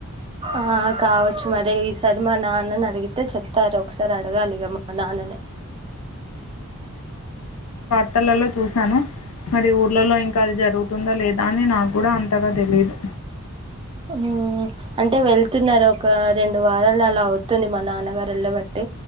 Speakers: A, on the right; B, on the left.
A: ఆ కావచ్చు మరి ఈసర్ మా నాన్నని అడిగితే చెప్తారు ఒకసారి అడగాలిగా మా నాన్ననె
B: త్తలల్లో చూసాను మరి ఊర్లలొ ఇంక అది జ రుగుతుంద లేదా అని నాకు కూడ అంతగా తెలీదు
A: ఊ అంటే వెళ్తున్నారు ఒక రెండు వారాలు అలా అవుతుంది మా నాన్నగారు వెళ్ళబట్ ట్టి